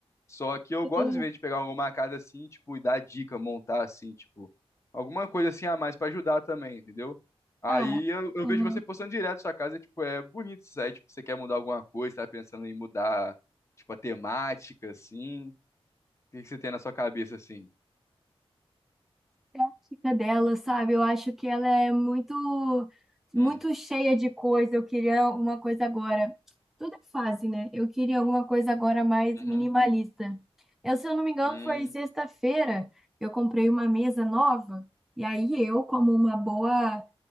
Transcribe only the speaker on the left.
Só que eu gosto,
às vezes, de pegar alguma casa assim, tipo, e dar dica, montar assim, tipo, alguma coisa assim a mais pra ajudar também, entendeu? Aí
eu, eu
vejo você postando direto sua casa, e, tipo, é bonito isso aí, tipo, você quer mudar alguma coisa, tá pensando em mudar, tipo, a temática, assim. O que que você tem na sua cabeça, assim?
Hum,
uhum,
hum,